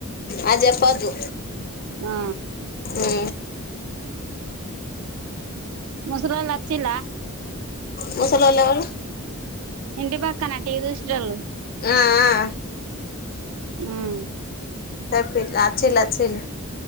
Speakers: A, on the left (about 45°); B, on the right (about 75°).
A: ఆ జప్పద్దు
B: ఆ
A: ఊ
B: ముసలోళ్ళచిల్ల
A: ముసలోళ్ళు ఎవరు
B: ఇంటిపక్క కన టీవీ చూసేటోళ్లు
A: ఆ ఆ
B: ఉమ్
A: చెపిల ఆచిల్ ఆచిలు